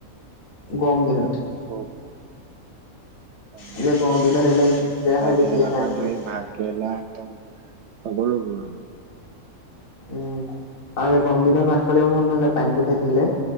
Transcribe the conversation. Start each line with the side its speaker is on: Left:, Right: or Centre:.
Left: গৰম দিনত
Right: চব তামি
Left: এতিয়া গৰম দিনত এইবিলাক বেয়াহে
Right: তিতা
Left: বেছিকে
Right: কেৰেলা
Left: খাই
Right: পৰা
Left: থাকিলে
Right: ধৰি ভাত কেৰেলা একাওন সকলোবোৰ আও
Left: উম আৰু এই গৰম দিনত ভাত খালে মন নযায় পানীতটো খাই থাকিলে